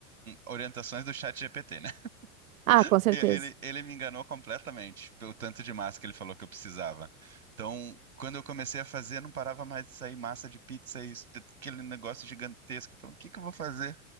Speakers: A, on the right; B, on the right.
A: orientações do chat GPT, né? <laughs>
B: Ah, com certeza.
A: E aí ele, ele me enganou completamente pelo tanto de massa que ele falou que eu precisava. Então, quando eu comecei a fazer, não parava mais de sair massa de pizza e isso, aquele negócio gigantesco. Eu falei, o que que eu vou fazer?